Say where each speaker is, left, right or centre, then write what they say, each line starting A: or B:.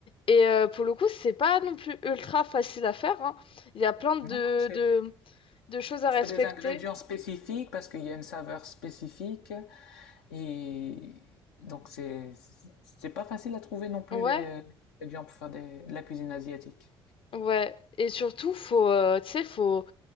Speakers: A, on the left; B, on the left.
A: Et euh, pour le coup, c'est pas non plus ultra facile à faire, hein. Il y a plein de,
B: Non, c'est-
A: de, de choses à
B: Il
A: respecter.
B: faut des ingrédients spécifiques parce qu'il y a une saveur spécifique. Et donc, c'est, c'est pas facile à trouver non plus
A: Ouais,
B: les, les ingrédients pour faire des- de la cuisine asiatique.
A: ouais. Et surtout, faut, euh, tu sais, faut,